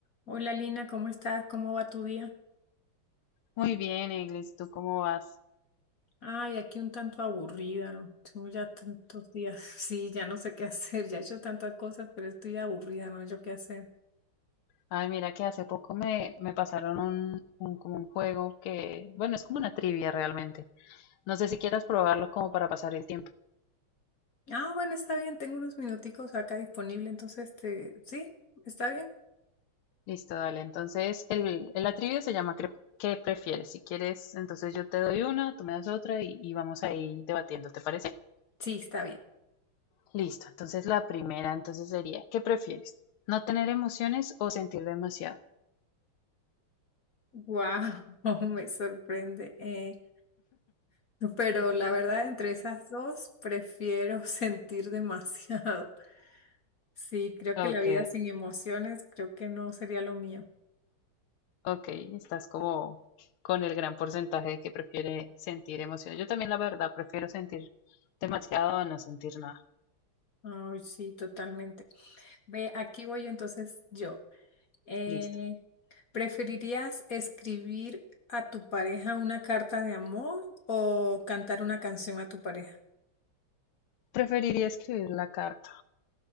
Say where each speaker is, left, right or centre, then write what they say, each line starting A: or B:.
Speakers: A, on the left (about 45°); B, on the left (about 80°).
A: Hola Lina, ¿cómo estás? ¿Cómo va tu día?
B: Muy bien, Eglis, ¿tú cómo vas?
A: Ay, aquí un tanto aburrida, ¿no? Tengo ya tantos días. <laughs> Sí, ya no sé qué hacer, ya he hecho tantas cosas, pero estoy aburrida, no sé qué hacer.
B: Ay, mira que hace poco me, me pasaron un, un- como un juego que, bueno, es como una trivia realmente. No sé si quieras probarlo como para pasar el tiempo.
A: Ah, bueno, está bien, tengo unos minuticos acá disponible, entonces te... ¿Sí? ¿Está bien?
B: Listo, dale. Entonces, el, el- la trivia se llama cre- ¿Qué prefieres? Si quieres, entonces yo te doy una, tú me das otra y, y vamos ahí debatiendo, ¿te parece?
A: Sí, está bien.
B: Listo. Entonces, la primera entonces sería, ¿qué prefieres? ¿No tener emociones o sentir demasiado?
A: Wow, <laughs> me sorprende. eh, pero la verdad, entre esas dos, prefiero <laughs> sentir demasiado. Sí, creo
B: Ok.
A: que la vida sin emociones, creo que no sería lo mío.
B: Ok, estás como con el gran porcentaje de que prefiere sentir emociones. Yo también, la verdad, prefiero sentir demasiado a no sentir nada.
A: Ay, sí, totalmente. Ve, aquí voy entonces yo. Eh,
B: Listo.
A: ¿preferirías escribir a tu pareja una carta de amor o cantar una canción a tu pareja?
B: Preferiría escribir la carta.